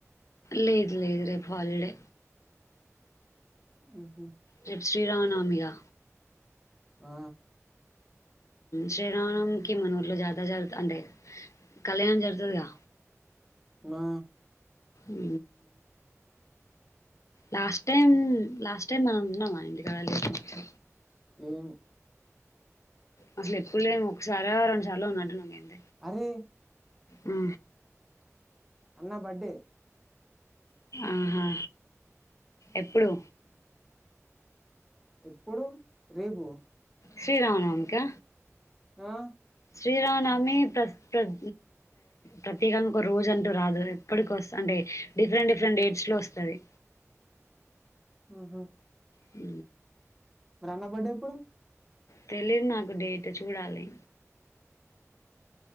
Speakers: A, on the left; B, in the centre.
A: లేదు లేదు రేపు హాలిడే
B: ఉహ
A: రేపు శ్రీరామనవమిగా
B: ఆ
A: శ్రీరామనవమికి మనూర్లో జాతర జారుగుత అంటే కళ్యాణం జరుగుతుదిగా
B: నా
A: ఉ లాస్ట్ టైం లాస్ట్ టైమ్ మనం ఉన్నా ఇంటికడా లెంకావచ్చు
B: లేం
A: అసలు ఎప్పుడు లేం ఒకసారి రెండు సార్లు ఉన్నట్టు న్నం మేము
B: అరే
A: ఉ
B: అన్న బడ్డే
A: ఆహా ఎప్పుడు
B: ఎప్పుడు రేపు
A: శ్రీరామనవమిక
B: ఆ
A: శ్రీరానమి ప్రత్ ప్రత్ ప్రత్యేకంగా ఒక రోజు అంటూ రాదు ఎప్పటికి అంటే డిఫరెంట్ డిఫరెంట్ డేట్స్ లో వస్తది
B: హ్మ హ్మ
A: హ్మ
B: మరి అన్న బడ్డే ఏప్పుడు
A: తెలిదు నాకు డేట్ చూడాలి